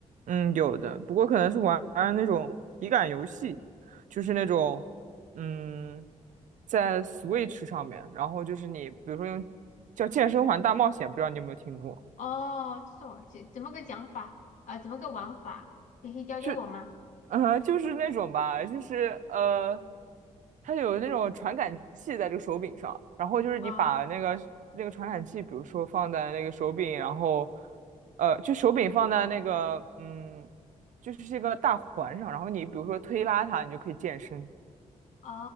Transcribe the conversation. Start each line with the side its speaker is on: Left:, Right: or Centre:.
Right: 嗯，有的。不过可能是玩玩那种体感游戏，就是那种嗯，在 Switch 上面，然后就是你比如说用叫《健身环大冒险》，不知道你有没有听过？
Left: 哦，这种这怎么个讲法啊、呃怎么个玩法？你可以教教我吗？
Right: 就。呃，就是那种吧，就是呃，它有那种传感器在这个手柄上，然后就是你把那个那个传感器，
Left: 哦
Right: 比如说放在那个手柄，然后呃，就手柄放在那个嗯，就是这个大环上，然后你比如说推拉它，你就可以健身。
Left: 哦